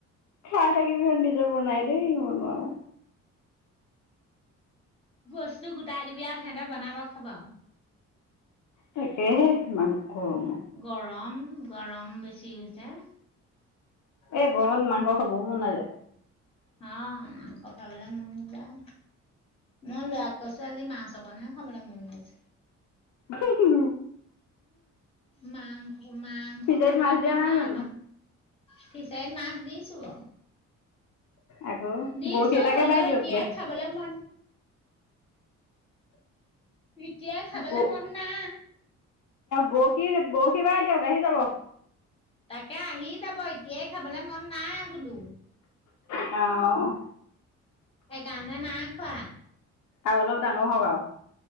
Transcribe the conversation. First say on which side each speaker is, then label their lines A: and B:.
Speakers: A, on the left; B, on the left.
A: খাই থাকিবিহত নিজে বনাই দেই বন আৰু
B: বস্তু গোটাই দিবি আৰু সিহঁতে বনাব খাবা আৰু
A: তাকেহে সিমান কৰোম
B: গৰম গৰম বেছি হৈছে
A: এই গৰমত মানুহৰ খ বহু মন নাযায়
B: হ মাংস খাবলৈ মন নায় মই লৰা কৈছো আজি মা চক নহে খাবলৈ মন আছে
A: উ
B: মাংস মাংস
A: ফিচাৰীত
B: খাবলে
A: মাছ দিয়া
B: মন নাই
A: জানো
B: আম ফিচাইন মাছ দিছো অ
A: আকৌ
B: দিছো
A: বৰশী এটাকে
B: হ'লও
A: বাই দিয়কগে
B: এতিয়া খাবলৈ মন এতিয়াই খাবলে
A: ব
B: মন না
A: বৰশী বৰশী ব দিয়ক আহি যাব
B: তাকে আহি যাব এতিয়াই খাবলে মন নাই বোলো
A: অ
B: এই কাণে না খোৱা
A: আৰু অলপ ডাঙৰ হ আৰু